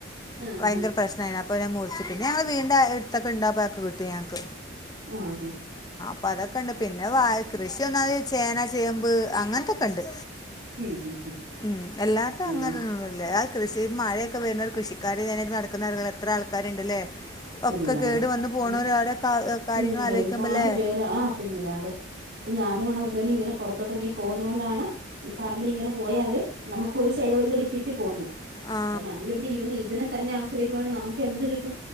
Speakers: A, on the right; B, on the left.
A: ആഹ് ആഹ്
B: ഭയങ്കര
A: ഹാ
B: പ്രശ്നായിരുന്നു അ അപ്പൊ അതങ്ങ് മുറിച്ചു പിന്നെ ഞങ്ങളുടെ വീടിൻ്റെ അടുത്തൊക്കെ ഉണ്ട് അപ്പൊ അതൊക്കെ കിട്ടും ഞങ്ങൾക്ക്
A: ഉം
B: അപ്പൊ അതൊക്കെയുണ്ട് പിന്നെ വ കൃഷി ഒന്നാമത് ചേന ചേമ്പ് അങ്ങനത്തെ ഒക്കെണ്ട്
A: ഉം ഉം
B: ഉം അല്ലാത്തെ അങ്ങനൊന്നുല്ല
A: ഉം
B: അ കൃഷി മഴയൊക്കെ വരുന്നോണ്ട് കൃഷി കാര്യം കഴിഞ്ഞിട്ട് നടക്കുന്നയാളുകൾ എത്ര ആൾക്കാരുണ്ടല്ലേ
A: പിന്നില്ലാണ്ട്
B: ഒക്കെ കേട് വന്ന് പോണവര്
A: ഉം
B: അവരെ കാ- കാര്യങ്ങൾ
A: പിന്നില്ലേ
B: ആലോചിക്കുമ്പല്ലേ
A: ഒരുപാട് പേർ പിന്നില്ലാണ്ട് ഇപ്പം ഞാനും ഹസ്ബൻഡും ഇങ്ങനെ പുറത്തോട്ട് ഇറങ്ങിപ്പോകുന്ന കൊണ്ടാണ് ഈ പറമ്പിൽ ഇങ്ങനെ പോയാല് നമുക്ക് ഒരു സൈഡ് ഒരു സൈഡ് ഇങ്ങനെ കിട്ടിപ്പോകുന്നേ
B: ആ
A: അപ്പം നമ്മളിവിടെ ഇരുന്ന് തന്നെ ആശ്രയിക്കുവാണേൽ നമുക്ക് എന്ത് കിട്ടും